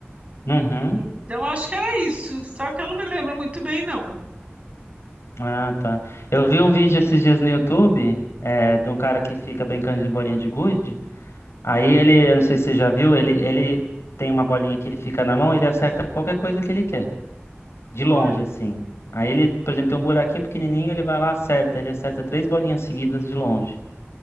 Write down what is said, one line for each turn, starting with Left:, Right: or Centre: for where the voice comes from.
Left: uhum.
Right: Então acho que era isso, só que eu não me lembro muito bem, não.
Left: Ah, tá. Eu vi um vídeo esses dias no YouTube, é, de um cara que fica brincando de bolinha de gude. Aí ele, eu não sei se você já viu, ele, ele tem uma bolinha que ele fica na mão, ele acerta qualquer coisa que ele quer, de longe
Right: Olha,
Left: assim. Aí ele, por exemplo, tem um buraquinho pequenininho, ele vai lá, acerta, ele acerta três bolinhas seguidas de longe.